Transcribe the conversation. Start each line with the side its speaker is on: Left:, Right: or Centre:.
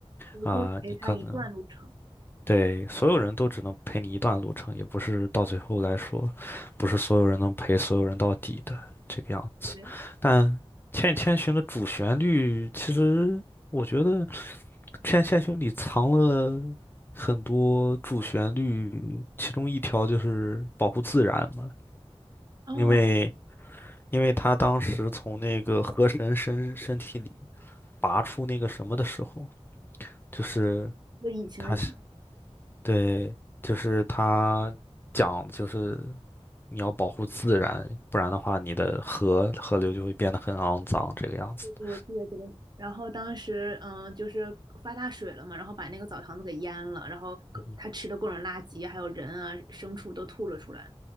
Right: 我就陪他一段路程。
Left: 啊，你可能。对，所有人都只能陪你一段路程，也不是到最后来说，不是所有人能陪所有人到底的这个样子。
Right: 对，
Left: 但《千与千寻》的主旋律，其实我觉得《千与千寻》里藏了很多主旋律，其中一条就是保护自然嘛，
Right: 哦，
Left: 因为因为他当时从那个河神身身体里拔出那个什么的时候，就是
Right: 一个隐形的记
Left: 他是对，就是他讲就是。你要保护自然，不然的话，你的河河流就会变得很肮脏，这个样子的。
Right: 忆，给我记得这个。然后当时，嗯，就是发大水了嘛，然后把那个澡堂子给淹了，然后各他吃的各种垃圾，
Left: 嗯哼
Right: 还有人啊、牲畜都吐了出来。